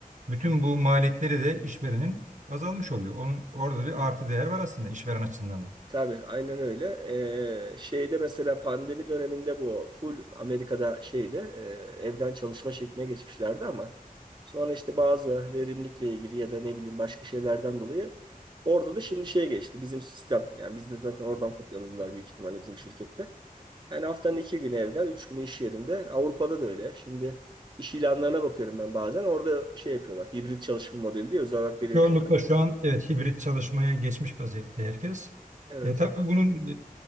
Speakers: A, on the right; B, on the right.
A: Bütün bu maliyetleri de işverenin azalmış oluyor. Onun orada bir artı değer var aslında işveren açısından da.
B: Tabii aynen öyle. Ee, şeyde mesela pandemi döneminde bu full Amerika'da şeyde e, evden çalışma şekline geçmişlerdi ama sonra işte bazı verimlilikle ilgili ya da ne bileyim başka şeylerden dolayı orada da şimdi şeye geçti bizim sistem. Yani biz de zaten oradan kopyaladılar büyük ihtimalle bizim şirkette. Yani haftanın iki günü evden, üç günü iş yerinde. Avrupa'da da öyle. Şimdi iş ilanlarına bakıyorum ben bazen. Orada şey yapıyorlar. Hibrit çalışma modeli diye özel olarak belirtiyor.
A: Çoğunlukla şu an evet hibrit çalışmaya geçmiş vaziyette herkes.
B: Evet.
A: E, tabii bunun